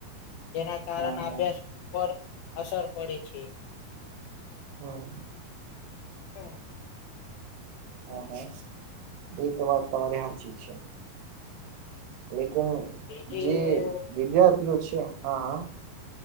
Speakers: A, on the left (about 75°); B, on the right (about 75°).
A: જેના કારણે
B: હમ
A: અભ્યાસ
B: હમ
A: પર અસર પડે છે.
B: હમ.
A: હમ.
B: હા, હા, એ તો વાત તમારી સાચી છે. લેકન
A: બીજી
B: જે વિદ્યાર્થીઓ છે, હા, હા.